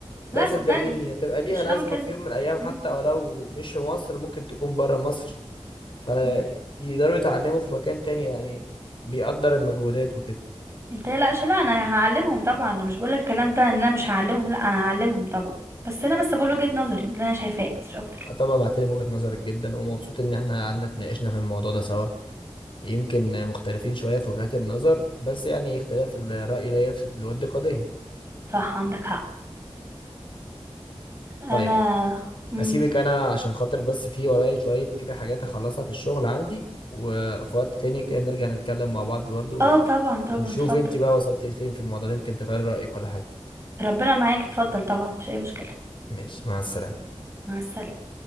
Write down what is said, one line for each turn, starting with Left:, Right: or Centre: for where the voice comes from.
Left: لا
Right: لا
Left: صدقيني
Right: صدقني
Left: هتبقى ليها
Right: مش
Left: لازمه
Right: هعمل كده
Left: في يوم من الايام
Right: مم.
Left: حتى ولو مش في مصر ممكن تكون بره مصر فيقدروا
Right: مم.
Left: يتعلموا في مكان تاني يعني بيقدر المجهودات وكده
Right: انت لا لا انا هعلمهم طبعا انا مش بقولك الكلام ده ان انا مش هعلمهم لا انا هعلمهم طبعا بس انا بس بقول وجهة نظري اللي انا شايفاه بس مش اكتر
Left: آه طبعا بعتلم وجهة نظرك جدا ومبسوط ان احنا قعدنا اتناقشنا في الموضوع ده سوا يمكن مختلفين شويه في وجهات النظر بس يعني اختلاف الرأي لا يفسد للود قضيه
Right: صح عندك حق انا
Left: طيب
Right: مم.
Left: اسيبك انا عشان خاطر بس في ورايا شوية كده حاجات هخلصها في الشغل عندي وفي وقت تاني كده نرجع نتكلم مع بعض برضو
Right: اه طبعا طبعا
Left: ونشوف
Right: اتفضل
Left: انت بقى وصلتي لفين في الموضوع ده يمكن تغير رأيك ولا حاجة
Right: ربنا معاك اتفضل طبعا مش اي مشكلة
Left: ماشي مع السلامة
Right: مع السلامة